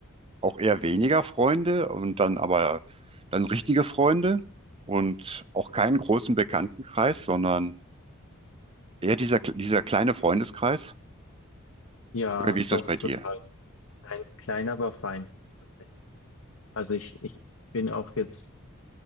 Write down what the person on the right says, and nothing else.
auch eher weniger Freunde und dann aber dann richtige Freunde und auch keinen großen Bekanntenkreis, sondern eher dieser, dieser kleine Freundeskreis.
Oder wie ist
das bei
dir?